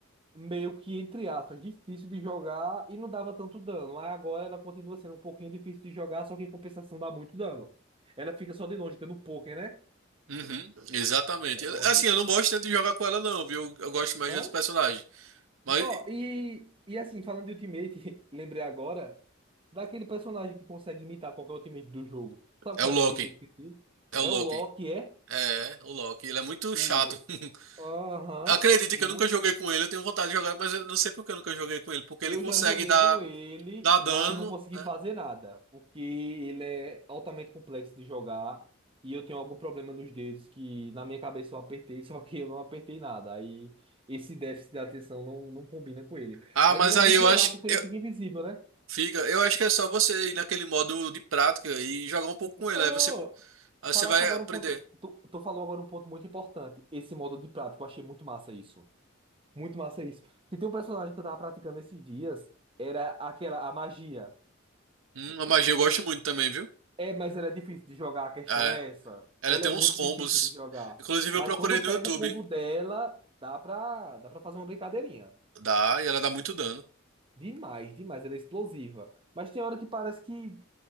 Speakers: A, on the right; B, on the right.
A: meio que, entre aspas, difícil de jogar e não dava tanto dano. aí agora ela continua sendo um pouquinho difícil de jogar, só que em compensação dá muito dano. Ela fica só de longe, dando poker, né?
B: Uhum, exatamente.
A: É
B: Eu-
A: boa
B: Assim,
A: mesmo.
B: eu não gosto tanto de jogar com ela, não, viu? Eu gosto mais
A: Não?
B: de outros personagens. Mas
A: Ó, e, e assim, falando de Ultimate, <laughs> lembrei agora daquele personagem que consegue imitar qualquer Ultimate do jogo. Sabe
B: é
A: qual
B: o Loki.
A: é ele que eu esqueci?
B: É o
A: É
B: Loki.
A: o Loki, é?
B: É, o Loki. Ele é muito
A: O...
B: chato. <laughs>
A: Aham,
B: Acredita
A: muito.
B: que eu nunca joguei com ele. Eu tenho vontade de jogar, mas eu não sei por que eu nunca joguei com ele. Porque
A: Eu
B: ele consegue
A: já joguei
B: dar,
A: com ele,
B: dar dano,
A: mas não consegui
B: né?
A: fazer nada, porque ele é altamente complexo de jogar e eu tenho algum problema nos dedos que na minha cabeça eu apertei, <laughs> só que eu não apertei nada. Aí esse déficit de atenção não, não combina com ele.
B: Ah,
A: Mas
B: mas
A: ele
B: aí
A: é muito
B: eu
A: legal
B: acho.
A: porque ele
B: Eu,
A: fica invisível, né?
B: fica. Eu acho que é só você ir naquele modo de prática e jogar um pouco com ele.
A: Oh!
B: Aí você Aí
A: Falasse
B: você vai
A: agora
B: aprender.
A: um ponto. Tu, tu falou agora um ponto muito importante. Esse modo de prática. Eu achei muito massa isso. Muito massa isso. Se tem um personagem que eu tava praticando esses dias, era aquela, a magia.
B: Hum, a magia eu gosto muito também, viu?
A: É, mas ela é difícil de jogar, a questão
B: É,
A: é essa.
B: ela
A: Ela
B: tem
A: é muito
B: uns combos.
A: difícil de jogar.
B: Inclusive
A: Mas
B: eu procurei
A: quando
B: no
A: pega
B: YouTube.
A: o combo dela, dá pra, dá pra fazer uma brincadeirinha.
B: Dá, e ela dá muito dano.
A: Demais, demais. Ela é explosiva. Mas tem hora que parece que.